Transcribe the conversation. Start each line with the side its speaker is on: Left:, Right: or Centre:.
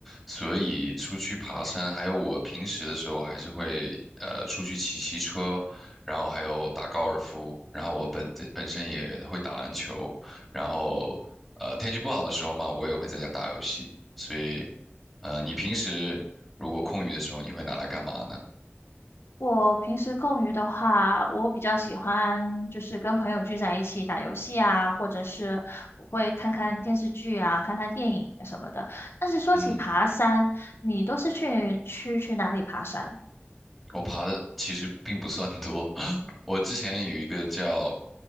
Centre: 所以出去爬山，还有我平时的时候还是会呃出去骑骑车，然后还有打高尔夫，然后我本本身也会打篮球，然后呃天气不好的时候嘛，我也会在家打游戏，所以呃你平时如果空余的时候，你会拿来干嘛呢？
Left: 我平时空余的话，我比较喜欢就是跟朋友聚在一起打游戏啊，或者是我会看看电视剧啊，看看电影什么的。但是说起爬山，
Centre: 嗯。
Left: 你都是去去去哪里爬山？
Centre: 我爬的其实并不算多。<laughs> 我之前有一个叫